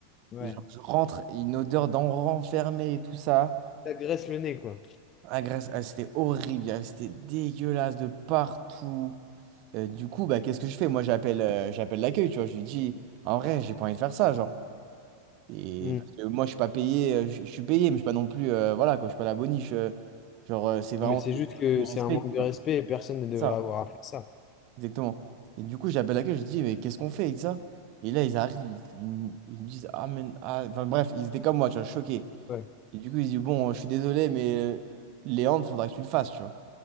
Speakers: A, on the left (about 30°); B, on the right (about 40°).
A: ouais.
B: Et genre, je rentre, une odeur d'enfant fermé et tout ça.
A: T'agresses le nez, quoi.
B: La Grèce, elle, c'était horrible, elle, c'était dégueulasse de partout. Euh, du coup, bah, qu'est-ce que je fais? Moi, j'appelle euh, j'appelle l'accueil, tu vois. Je lui dis, en vrai, j'ai pas envie de faire ça, genre. Et
A: Hmm.
B: parce que moi, je suis pas payé, euh, je je suis payé, mais je suis pas non plus, euh, voilà, quoi, je suis pas la boniche. euh, genre, euh, c'est vraiment
A: Non, mais c'est juste que
B: du respect,
A: c'est un manque
B: tu
A: de
B: vois.
A: respect et personne ne devrait
B: C'est ça,
A: avoir à faire ça.
B: exactement. Et du coup, j'appelle l'accueil, je lui dis, mais qu'est-ce qu'on fait avec ça? Et là, ils arrivent, ils, ils me ils me disent, ah, mais, ah, enfin, bref, ils étaient comme moi, tu vois, choqués.
A: Ouais.
B: Et du coup, ils disent, bon, je suis désolé, mais euh, Léandre, faudra que tu le fasses, tu vois.